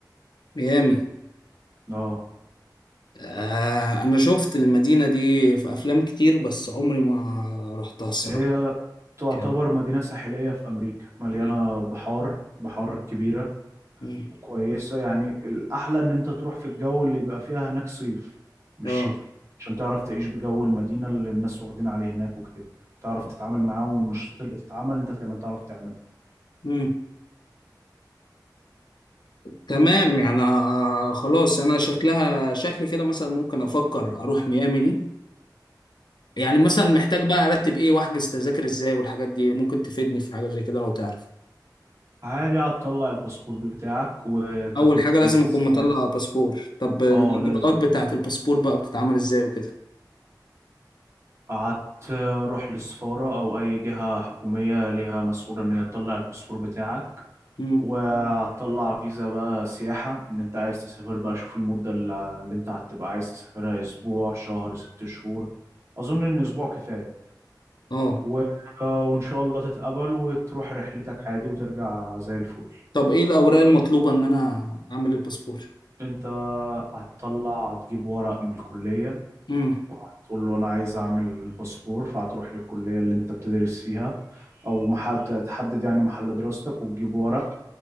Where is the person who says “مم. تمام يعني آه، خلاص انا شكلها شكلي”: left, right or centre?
Left